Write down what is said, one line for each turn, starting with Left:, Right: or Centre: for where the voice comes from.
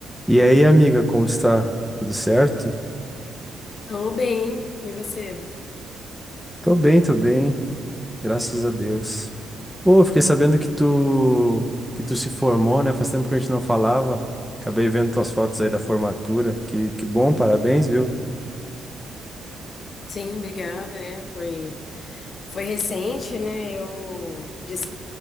Centre: E aí, amiga, como está? Tudo certo?
Left: Tô bem, e você?
Centre: Tô bem, tô bem, graças a Deus. Pô, fiquei sabendo que tu que tu se formou, né? Faz tempo que a gente não falava. Acabei vendo tuas fotos aí da formatura. Que que bom, parabéns, viu?
Left: Sim, obrigada. É, foi, foi recente, né? Eu des-